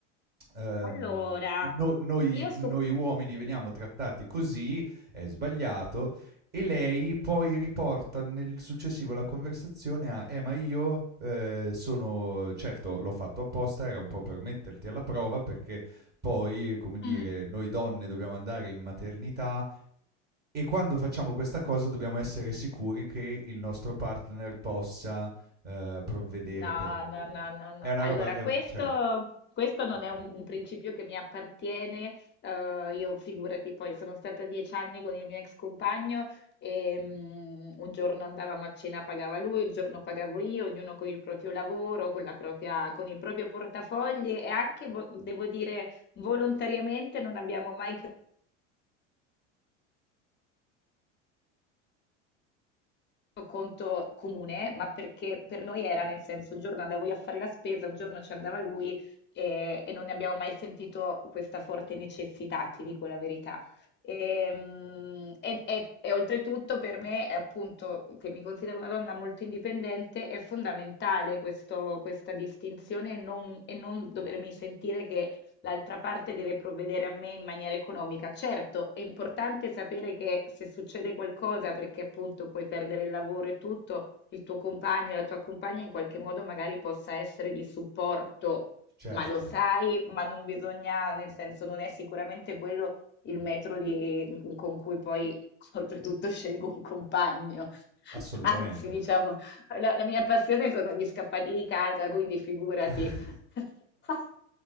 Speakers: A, on the right; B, on the left.
A: ehm,
B: Allora,
A: no noi
B: i io su
A: noi uomini veniamo trattati così, è sbagliato, e lei poi riporta nel successivo la conversazione a: "Eh, ma io, ehm, sono certo l'ho fatto apposta, era un po' per metterti alla prova perché poi, come dire,
B: Mh.
A: noi donne dobbiamo andare in maternità e quando facciamo questa cosa dobbiamo essere sicuri che il nostro partner possa, ehm, provvedere
B: No,
A: per noi".
B: no, no, no, no.
A: È una
B: Allora,
A: roba è
B: questo,
A: un cioè
B: questo non
A: okay,
B: è un, un principio che mi appartiene. eh, io figurati, poi sono stata dieci anni con il mio ex compagno e mm, un giorno andavamo a cena, pagava lui, un giorno pagavo io, ognuno con il proprio lavoro, con la propria- con il proprio portafogli e anche, vo- devo dire, volontariamente non abbiamo mai conto comune, ma perché per noi era nel senso un giorno andavo io a fare la spesa, un giorno ci andava lui e, e non ne abbiamo mai sentito questa forte necessità, ti dico la verità. Ehm, E, e- e oltretutto per me, è appunto, che mi considero una donna molto indipendente, è fondamentale questo- questa distinzione e non, e non dovermi sentire che l'altra parte deve provvedere a me in maniera economica. Certo, è importante sapere che se succede qualcosa, perché appunto puoi perdere il lavoro e tutto, il tuo compagno, la tua compagna in qualche modo magari possa essere di supporto,
A: certo.
B: ma lo sai, ma non bisogna, nel senso non è sicuramente quello il metro di- con cui poi <laughs> oltretutto scelgo un compagno. <laughs>
A: Assolutamente.
B: Anzi, diciamo, la, la mia passione sono gli scappati di casa, quindi figurati.
A: <laughs>
B: <laughs>